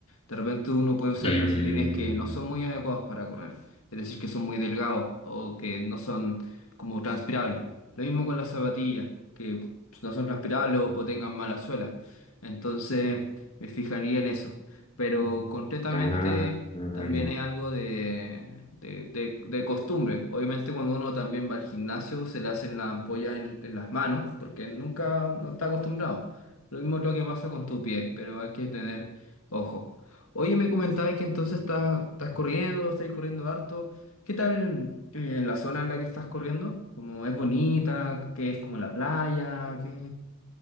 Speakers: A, on the left (about 75°); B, on the left (about 25°).
A: De repente uno puede usar
B: Mm,
A: calcetines que no son muy adecuados para correr, es decir, que son muy delgados o que no son como transpirables. Lo mismo con las zapatillas, que no son transpirables o, o tengan mala suela. Entonces, me fijaría en eso pero concretamente
B: ah, ah,
A: también
B: no.
A: es algo de, de, de- de costumbre. Obviamente cuando uno también va al gimnasio se le hacen las ampollas en, en las manos porque nunca no está acostumbrado. Lo mismo creo que pasa con tu pie, pero hay que tener ojo. Oye, me comentabas que entonces estás, estás corriendo, estás corriendo harto. ¿Qué tal eh, la zona en la que estás corriendo? como es bonita? ¿Qué es como la playa? ¿Qué...